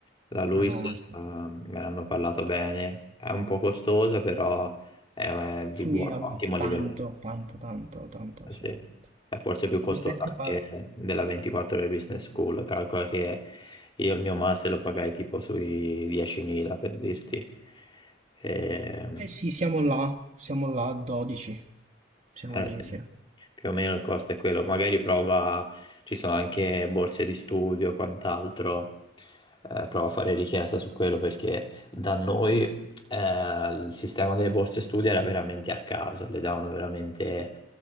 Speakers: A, on the left; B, on the right.
A: la Luis
B: A Roma, sì.
A: ehm, me ne hanno parlato bene, è un po' costosa però è, è di
B: Sì,
A: buon,
B: am-
A: ottimo livello.
B: tanto, tanto, tanto, tanto, sì.
A: Sì.
B: Le
A: È forse più costosa
B: rette
A: anche
B: par-
A: della 24 ore business school. Calcola che io il mio master lo pagai tipo sui 10.000 per dirti. Ehm,
B: Eh sì, siamo là, siamo là a 12. Siamo
A: eh,
B: lì, sì.
A: più o meno il costo è quello. Magari prova, ci sono anche borse di studio, quant'altro. Eh, prova a fare richiesta su quello perché da noi eh, il sistema delle borse studio era veramente a caso, le davano veramente